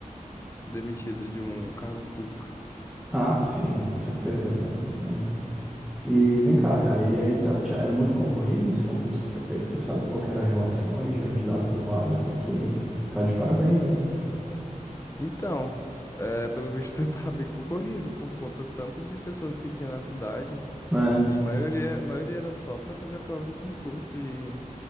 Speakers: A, on the left; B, in the centre.
A: demitido de um cargo público.
B: Ah, sim, com certeza, cara. é. E vem cá, cara, e aí tá, tinha- era muito concorrido esse concurso que você fez? Você sabe qual que era a relação aí de candidato por vaga? Porque tá de parabéns,
A: En-
B: hein?
A: Então, é, pelo visto, <laughs> tá bem concorrido por conta do tanto de pessoas que tinha na cidade.
B: É,
A: E maioria, maioria era só pra fazer a prova do concurso e